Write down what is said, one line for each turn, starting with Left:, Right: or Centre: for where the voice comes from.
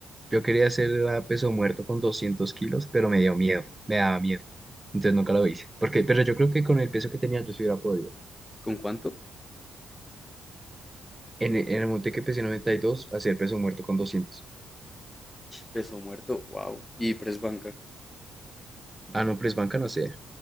Right: Yo quería hacer la peso muerto con 200 kilos, pero me dio miedo, me daba miedo. Entonces nunca lo hice. Porque, pero yo creo que con el peso que tenía yo sí hubiera podido.
Left: ¿Con cuánto?
Right: En, el- en el monte que pesé 92, hacer peso muerto con doscientos.
Left: Peso muerto, wow. Y press banca,
Right: Ah, no, press banca no sé.